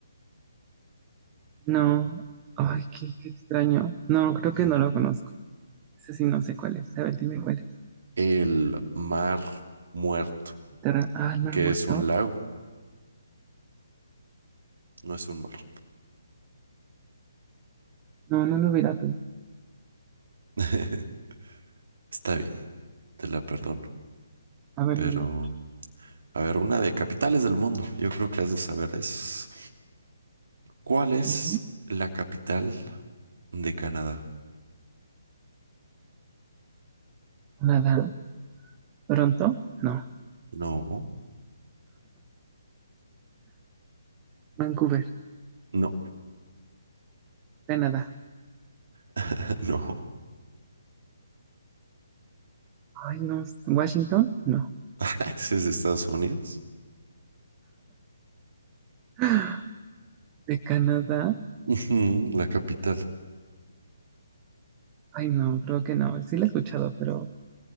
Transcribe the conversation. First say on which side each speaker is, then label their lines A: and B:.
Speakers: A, on the right (about 20°); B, on the right (about 55°).
A: No. Ay, qué, qué extraño. No, creo que no lo conozco. Ese sí no sé cuál es. A ver, dime cuál es.
B: El Mar Muerto,
A: Terra- Ah, el mar
B: que
A: muerto.
B: es un lago, no es un mar.
A: No, no lo hubiera pensado.
B: <laughs> Está bien, te la perdono.
A: A ver,
B: Pero,
A: dime otro.
B: a ver, una de capitales del mundo. Yo creo que has de saber es. ¿Cuál es
A: No,
B: la capital de Canadá?
A: Nada. ¿Toronto? No.
B: No,
A: Vancouver,
B: no,
A: Canadá.
B: <laughs> no.
A: Ay, no. ¿Washington? No.
B: <laughs> ¿Ese es de Estados Unidos?
A: <gasps> ¿De Canadá?
B: Ujú, La capital.
A: Ay, no, creo que no. Sí lo he escuchado, pero no